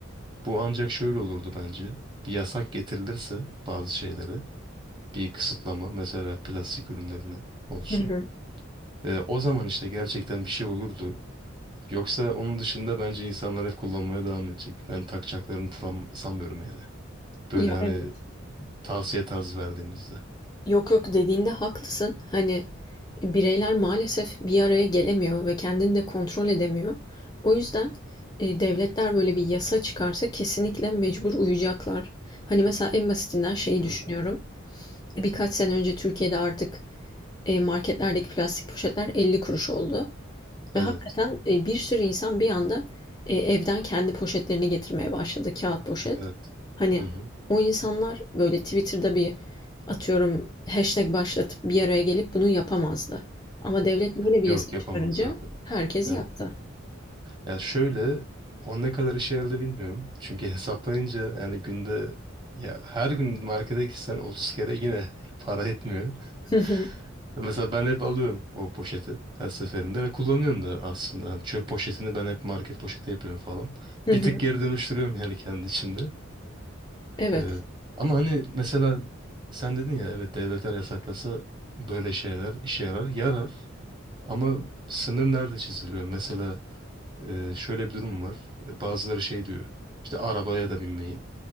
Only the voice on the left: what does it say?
Hı hı.
Ya
evet.
Yok yok dediğinde haklısın. Hani bireyler maalesef bir araya gelemiyor ve kendini de kontrol edemiyor. O yüzden e, devletler böyle bir yasa çıkarsa kesinlikle mecbur uyacaklar. Hani mesela en basitinden şeyi
düşünüyorum.
Birkaç sene önce Türkiye'de artık e, marketlerdeki plastik poşetler 50 kuruş oldu.
Ve hakikaten e, bir sürü insan bir anda e, evden kendi poşetlerini getirmeye başladı. Kağıt poşet.
Hani
o insanlar böyle Twitter'da bir atıyorum hashtag başlatıp bir araya gelip bunu yapamazdı. Ama devlet böyle bir
yasa
çıkarınca herkes
yaptı.
<laughs> Hı hı,
hı
hı.
Evet,